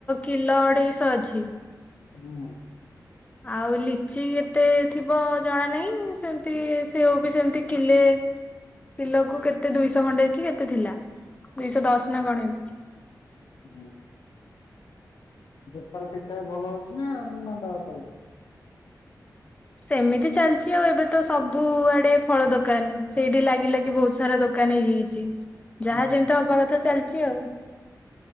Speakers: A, on the left; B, on the left.
A: କିଲ ଅଢେଇଶ ଅଛି।
B: ହୁଁ।
A: ଆଉ ଲିଚି ଏତେ ଥିବ ଜଣା ନାହିଁ ସେମ୍ ତି ସେଉ ବି ସେମ୍ ତି କିଲେ ପିଲକୁ କେତେ ଦୁଇଶହ ଖଣ୍ଡେ କି ଏତେ ଥିଲା ଦୁଇଶହ ଦଶ
B: ଆଚ୍ଛା।
A: ନା ଗଣ ଏମ୍ ତି।
B: ହୁଁ। ବେପାର ଠିକ୍ ଠାକ୍ ଭଲ ହଉଚି ନା ମାନ୍ଦା ଚାଲ୍ ଚି?
A: ସେମିତି ଚାଲ୍ ଚି ଆଉ ଏବେ ତ ସବୁଆଡେ ଫଳ ଦୋକାନ୍ ସେଇଠି ଲାଗି ଲାଗି ବହୁତ୍ ସାରା ଦୋ କାନ୍ ହେଇଯାଇଚି ଯାହା
B: ହୁଁ।
A: ଯେମିତି ହବା କଥା ଚାଲ୍ ଚି ଆଉ।